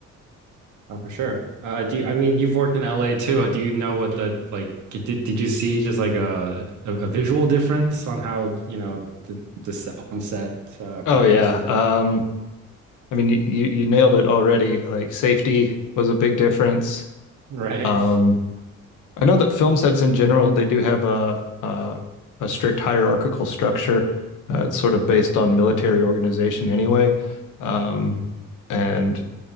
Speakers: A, on the right; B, on the left.
A: Oh, for sure. Uh, do you, I mean you've worked in LA too. Uh, Do you know what the like did did you see just like a a, a visual difference on how, you know, the the s- on-set uh, practices,
B: Oh yeah. Um, I mean, you you nailed it already. Like safety was a big difference.
A: <laughs> right?
B: Um, I know that film sets in general, they do have a a, a strict hierarchical structure. Uh, it's sort of based on military organization anyway. Um,
A: Mhm.
B: and